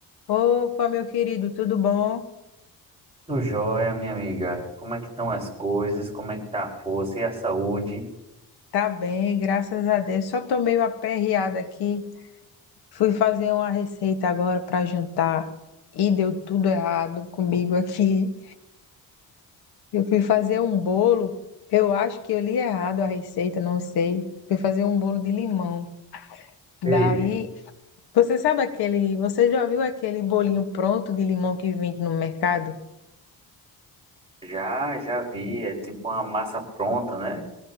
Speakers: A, on the left (about 75°); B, on the right (about 15°).
A: Opa, meu querido, tudo bom?
B: Tudo jóia, minha amiga. Como é que estão as coisas? Como é que tá a força e a saúde?
A: Tá bem, graças a Deus. Só tô meio aperreada aqui. Fui fazer uma receita agora para jantar e deu tudo errado comigo aqui. Eu fui fazer um bolo, eu acho que eu li errado a receita, não sei. Fui fazer um bolo de limão. Daí,
B: Eita,
A: você sabe aquele, você já viu aquele bolinho pronto de limão que vende no mercado?
B: já, já vi, é tipo uma massa pronta, né?